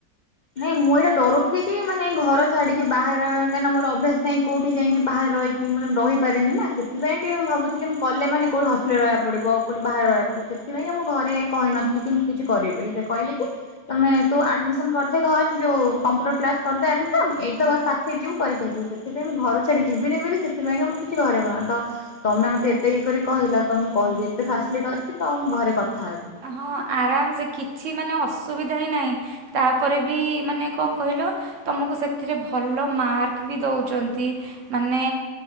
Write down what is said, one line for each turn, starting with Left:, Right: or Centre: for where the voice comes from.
Left: ନାଇଁ ମୁଁ ଏଇଟା ଡରୁଥିଲି କି ମାନେ ଘର ଛାଡ଼ିକି ବାହାରେ ରହିବା କାହିଁନା ମୋର ଅଭ୍ୟାସ ନାଇଁ କୋଉଠି ଯାଇଁକି ବାହାରେ ରହି କି, ମାନେ ମୁଁ ରହିପାରେନି ନା ସେଥିପାଇଁ ଟିକେ ମୁଁ ଭାବୁଥିଲି ମୁଁ କଲେ ମାନେ କୋଉଠି ହଷ୍ଟେଲ ରହିବା ପଡ଼ିବ, କୋଉଠି ବାହାରେ ରହିବା ପଡ଼ିବ ସେଥିପାଇଁକା ମୁଁ ଘରେ କହିନଥିଲି କି ମୁଁ କିଛି କରିବି ବୋଲି, ସେ କହିଲେ କି ତମେ ତୁ ଆଡମିସନ୍ କର୍ ସେ ଘର ଯୋଉ କମ୍ପ୍ୟୁଟର କ୍ଲାସ୍ କରିଦେ ଆଡ଼ମିସନ୍। ଏଇଟି ତ ଘର ପାଖରେ ଯିବୁ କରିକି ଆସିବୁ ସେ ସେଥିପାଇଁ ମୁଁ ଘରୁ ଛାଡ଼ି ଯିବିନି ବୋଲି ସେଥିପାଇଁକା ମୁଁ କିଛି ଘରେ କଣ ତ ତମେ ମତେ ଏତେ ଇଏ କରିକି କହିଲ ତ ମୁଁ କହିବି ଏତେ ଫାସ୍ଲିଟି ଅଛି ତ ମୁଁ ଘରେ କଥା ହେବି।
Right: ହଁ, ଆରାମ୍ ସେ କିଛି ମାନେ ଅସୁବିଧା ହିଁ ନାହିଁ। ତାପରେ ବି ମାନେ କଣ କହିଲ? ତମକୁ ସେଥିରେ ଭଲ ମାର୍କ ବି ଦଉଚନ୍ତି, ମାନେ